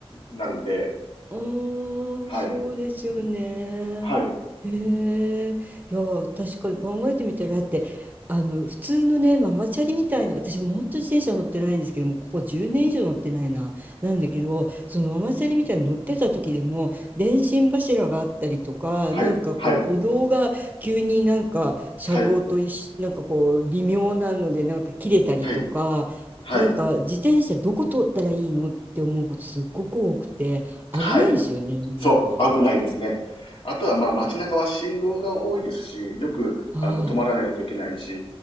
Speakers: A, on the left; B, on the right.
A: なるんで、
B: ああ、
A: はい、
B: そうですよね。
A: はい、
B: へえ。いや、確かに考えてみたら、だって、あの、普通のね、ママチャリみたいな、私も本当自転車乗ってないんですけども、ここ10年以上乗ってないな、なんだけど、そのママチャリみたいに乗ってた時でも、電信柱があったりとか、
A: はい、
B: なんかこう、
A: はい、
B: 歩道が急になんか車道と一緒、
A: はい、
B: なんかこう、微妙なので、なんか切れたりとか、
A: はい、はい、
B: なんか自転車どこ通ったらいいのって思うことすっごく多くて。危ないですよね、
A: はい。
B: 日本でだと。
A: そう、危ないですね。あとはまあ街中は信号が多いですし、よくあの止まらないといけないし、
B: は